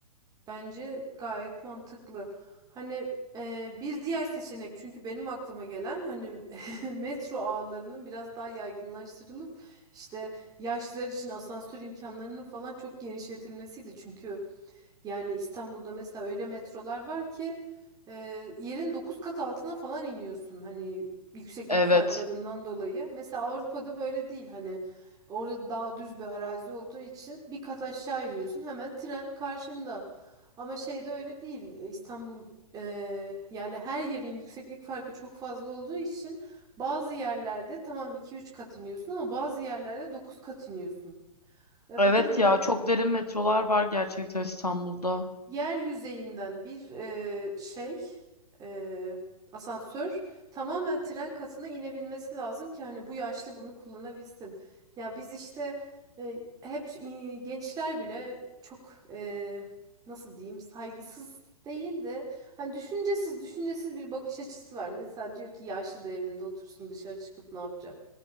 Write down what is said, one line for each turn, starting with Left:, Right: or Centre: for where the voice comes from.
Right: Bence gayet mantıklı. Hani e, bir diğer seçenek çünkü benim aklıma gelen hani <laughs> metro ağlarının biraz daha yaygınlaştırılıp işte yaşlılar için asansör imkanlarının falan çok genişletilmesiydi. Çünkü yani İstanbul'da mesela öyle metrolar var ki e, yerin 9 kat altına falan iniyorsun. Hani yükseklik
Left: Evet.
Right: farklarından dolayı. Mesela Avrupa'da böyle değil. Hani orada daha düz bir arazi olduğu için bir kat aşağı iniyorsun. Hemen tren karşında. Ama şeyde öyle değil. E, İstanbul e, yani her yerin yükseklik farkı çok fazla olduğu için bazı yerlerde tamam iki üç kat iniyorsun ama bazı yerlerde 9 kat iniyorsun. Ve
Left: Evet
Right: bu durumda
Left: ya çok derin metrolar var gerçekten İstanbul'da.
Right: Yer yüzeyinden bir e, şey e, asansör tamamen tren katına inebilmesi lazım ki hani bu yaşlı bunu kullanabilsin. Ya biz işte e, hep e, gençler bile çok e, nasıl diyeyim saygısız değil de hani düşüncesiz düşüncesiz bir bakış açısı var. Mesela diyor ki yaşlı da evinde otursun dışarı çıkıp ne yapacak?